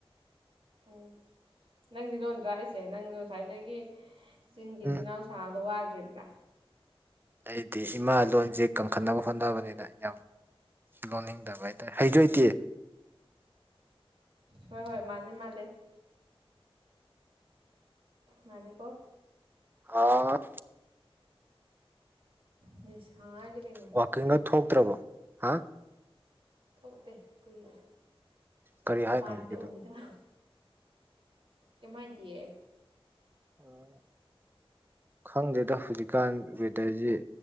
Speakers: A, on the right; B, on the right.
A: ꯎꯝ ꯅꯪꯗꯤ ꯂꯣꯟꯗ꯭ꯔꯥꯛꯏꯁꯦ ꯅꯪ ꯉꯁꯥꯏꯗꯒꯤ ꯆꯤꯡꯒꯤꯆꯜ
B: ꯎꯝ
A: ꯏꯅꯥꯎ ꯁꯥꯥꯗꯣ ꯋꯥꯗ꯭ꯔꯤꯕ꯭ꯔꯥ
B: ꯑꯩꯗꯤ ꯏꯃꯥ ꯂꯣꯟꯁꯦ ꯀꯪꯈꯠꯅꯕ ꯍꯣꯠꯅꯕꯅꯤꯅ ꯌꯥꯝ ꯂꯣꯟꯅꯤꯡꯗꯕ ꯍꯥꯏꯇꯥꯔꯦ ꯍꯩꯗꯣꯏꯇꯦ
A: ꯍꯣꯏ ꯍꯣꯏ ꯃꯥꯂꯦ ꯃꯥꯂꯦ ꯃꯥꯂꯀꯣ
B: ꯑ
A: ꯁꯥꯖ ꯂꯩꯩꯅꯣ
B: ꯋꯥꯋꯥꯛꯀꯤꯡꯒ ꯊꯣꯛꯇ꯭ꯔꯕꯣ ꯍꯥ
A: ꯊꯣꯛꯇꯦ ꯀꯨꯏꯔꯦ
B: ꯀꯔꯤ
A: ꯃꯄꯥꯟꯗ
B: ꯍꯥꯏꯅꯣ ꯍꯧꯖꯤꯛꯀꯤꯗꯣ
A: ꯎꯈꯤꯗꯕ ꯀꯃꯥꯏꯇꯑꯌꯦ
B: ꯎꯝ ꯈꯪꯗꯦꯗ ꯍꯧꯖꯤꯛꯀꯥꯟ ꯋꯦꯗꯔꯁꯦ